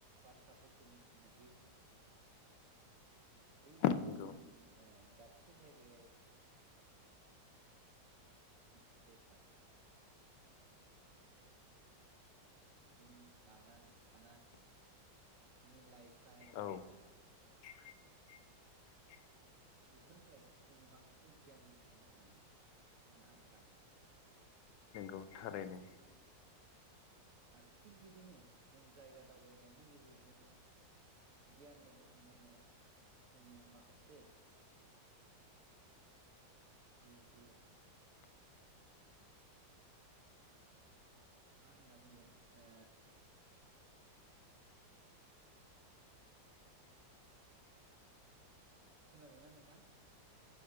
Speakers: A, on the right (about 55°); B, on the left (about 80°).
A: बाथ्राफोरखौ मिथिनो हायो। बै
B: नंगौ
A: ओ दाबसे जायगायाव <unintelligible> बिसोरनि जानाय थानाय बिसिनि लाइफ टाइल
B: औ <inaudible>
A: बेफोरनिफ्राय जोङो माखासे गियान बुथुमनो हायो होनना आं सानो।
B: औ थारैनो
A: आरो थिग बिदिनो जों जायगा दावबायनायनि गेजेरजों गियानल' बुथुमनाय नङा जोङो माखासे। जिहेथु मा होनना बुंगोन ओ खोनादोंना नोंथां?